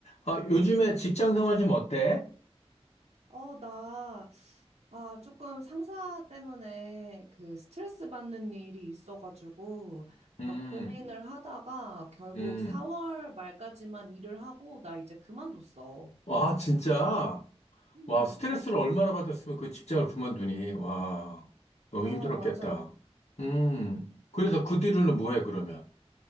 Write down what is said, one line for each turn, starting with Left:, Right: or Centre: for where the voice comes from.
Left: 아, 요즘에 직장 생활 좀 어때?
Right: 어, 나, 아, 조금 상사 때문에 그 스트레스 받는 일이 있어가지고,
Left: 음,
Right: 막 고민을 하다가 결국
Left: 음.
Right: 4월 말까지만 일을 하고, 나 이제 그만뒀어.
Left: 와, 진짜.
Right: 음.
Left: 와, 스트레스를 얼마나 받았으면 그 직장을 그만두니. 와, 너무
Right: 아,
Left: 힘들었겠다.
Right: 맞아.
Left: 음. 그래서 그 뒤로는 뭐해, 그러면?